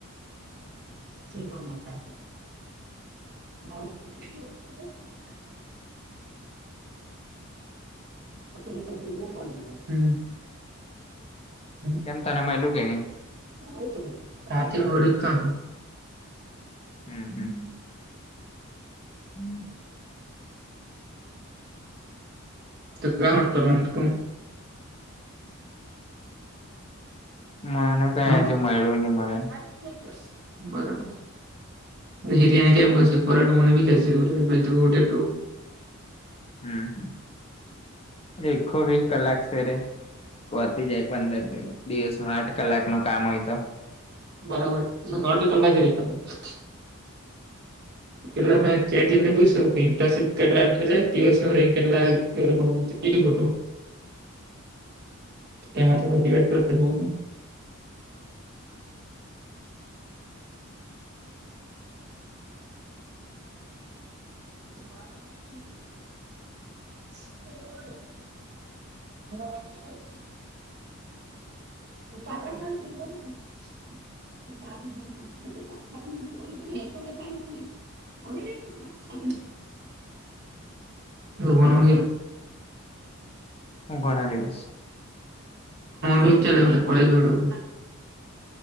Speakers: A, on the right; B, on the left.
A: ગઈ બ બન કરતો હ એટલી બધી ન બનાવો હમ <inaudible>
B: કેમ તને મયલુ કે નહીં?
A: હે કે ની <inaudible>
B: હમ હમ હમ
A: કેટલા અવર કરવાનો તું?
B: મને કાઈ
A: હા
B: અહીંથી મળ્યું ની મળે.
A: <inaudible> બરાબર. હિરિયાની કેમ ગશે કોરા મને બી <inaudible>
B: હમ. દેખો વી કલાક સે રયા. વધી જાય પંદર. દિવસમાં આઠ કલાકનું કામ હોય તો.
A: બરાબર. <inaudible> આઠે કલાક <inaudible> પેલા મેં જયદીપને પૂછ્યું કે ઇન્ટરનશીપ કેટલા એટલે દિવસનું રહી કેટલા ત્યારે બધું કીધું બધું. તેમાંથી પછી ડિવાઇડ કરીને એવું નહીં. <inaudible> તો રેવાદે <inaudible> <inaudible> <inaudible> <inaudible> એ <inaudible> ભણવાનું
B: હું ઘણા દિવસ
A: કેવું ચાલે કોલેજ વાળું?